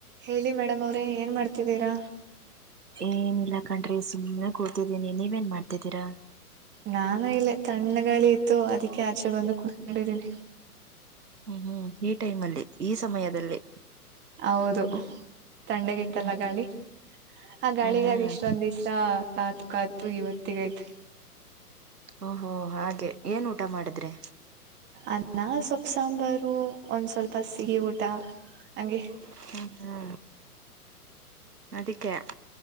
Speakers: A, on the right (about 25°); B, on the right (about 80°).
A: ಹೇಳಿ ಮೇಡಮ್ ಅವ್ರೆ ಏನ್ ಮಾಡ್ತಿದ್ದೀರಾ.
B: ಏನಿಲ್ಲಾ ಕಣ್ರಿ ಸುಮ್ಮ್ನೆ ಕೂತಿದ್ದೀನಿ ನೀವೇನ್ ಮಾಡ್ತಿದ್ದೀರಾ.
A: ನಾನು ಇಲ್ಲೇ ತಣ್ಣ ಗಾಳಿ ಇತ್ತು ಅದಕ್ಕೆ ಆಚೆ ಬಂದು ಕೂತ್ಕೊಂಡಿದ್ದೀನಿ.
B: ಹ್ಮ್ ಹ್ಮ್ ಈ ಟೈಮ್ ಅಲ್ಲಿ ಈ ಸಮಯದಲ್ಲಿ
A: ಹೌದು ತಣ್ಣಗಿತ್ತಲ್ಲ
B: ಹ್ಮ್ ಹ್ಮ್
A: ಗಾಳಿ ಆ ಗಾಳಿಗಾಗಿ
B: ಹ್ಮ್ ಹ್ಮ್
A: ಇಷ್ಟೊಂದ್ ದಿವ್ಸ ಕಾತು ಕಾತು ಇವತ್ತಗ ಐತೆ
B: ಓಹೋ ಹಾಗೆ ಏನ್ ಊಟ ಮಾಡಿದ್ರೆ.
A: ಅನ್ನಾ ಸೊಪ್ಪ ಸಾಂಬಾರು ಒಂದ್ ಸ್ವಲ್ಪ ಸಿಹಿ ಊಟ ಹಂಗೆ
B: ಹ ಹಾ ಅದಿಕ್ಕೆ